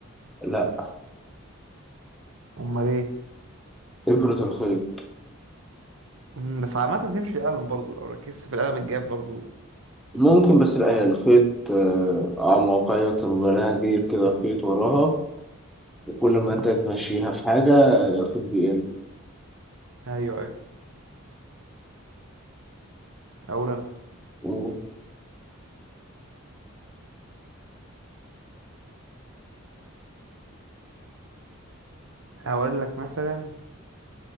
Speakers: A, in the centre; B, on the right.
A: لا
B: امال ايه
A: إبرة الخيط
B: مم، بس عامة تمشي القلم برضو لو ركزت في القلم الجاف برضو
A: ممكن بس لا هي الخيط آه، أعمق أكتر وبلاها ديل كده خيط وراها وكل ما أنت تمشيها في حاجة آه، الخيط بيقل
B: ايوه ايوه اقول انا
A: وكل
B: اقول لك مثلا